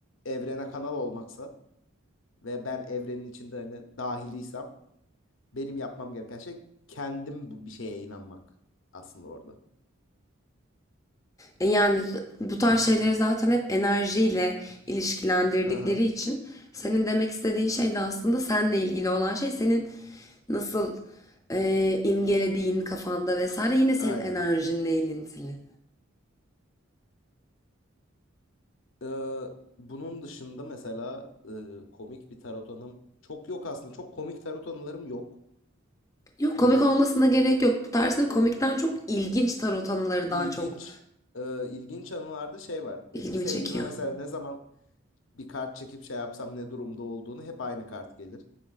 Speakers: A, on the left; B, on the left.
A: evrene kanal olmaksa ve ben evrenin içinde hani dahiliysem benim yapmam gereken şey kendim bu- bir şeye inanmak aslında orada.
B: E, Yani bu tarz şeyleri zaten hep enerjiyle ilişkilendirdikleri
A: Hı hı.
B: için senin demek istediğin şey de aslında seninle ilgili olan şey senin nasıl e, imgelediğin kafanda vesaire yine senin
A: Aynen.
B: enerjinle ilintili.
A: Ee, bunun dışında mesela e, komik bir tarot anım çok yok aslında. Çok komik tarot anılarım yok.
B: Yok
A: Böyle
B: komik olmasına gerek yok. Bu tarzda komikten çok ilginç tarot anıları
A: ilginç
B: daha çok
A: e, ilginç anılarda şey var. Eski
B: ilgimi
A: sevgilime
B: çekiyor.
A: mesela ne zaman bir kart çekip şey yapsam ne durumda olduğunu hep aynı kart gelir.